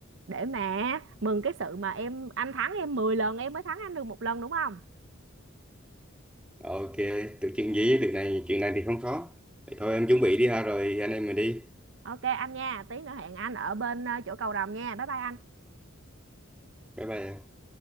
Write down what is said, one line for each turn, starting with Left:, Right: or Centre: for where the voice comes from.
Right: để mà mừng cái sự mà em anh thắng em 10 lần em mới thắng anh được một lần đúng không
Centre: Ok, tự chuyện gì với tự này, chuyện này thì không khó. Vậy thôi em chuẩn bị đi ha rồi anh em mình đi.
Right: ok anh nha tí nữa hẹn anh ở bên ờ, chỗ cầu rồng nha bye bye anh
Centre: Bye bye. em.